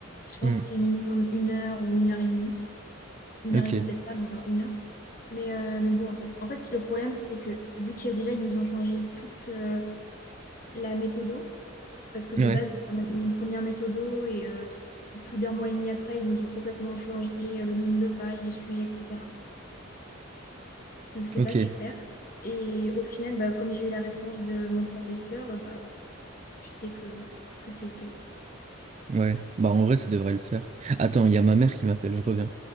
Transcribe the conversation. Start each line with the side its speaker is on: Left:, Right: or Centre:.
Left: Je pense
Right: Hmm,
Left: que c'est minimum une heure ou une heure et demie. Une
Right: ok,
Left: heure et demie, peut-être pas, mais genre une heure. Mais, euh, mais bon, de toute façon- en fait, le problème, c'est que vu qu'il y a déjà, ils nous ont changé toute euh, la méthodo, parce que
Right: ouais,
Left: de base, on avait une première méthodo et euh, tr- plus d'un mois et demi après, ils nous ont complètement changé euh, le nombre de pages, les sujets, etc. Donc c'est
Right: ok,
Left: pas super. Et au final, bah, comme j'ai eu la réponse de mon professeur, bah, je sais que, que c'est OK.
Right: ouais. Bah en vrai, ça devrait le faire. Attends, il y a ma mère qui m'appelle, je reviens.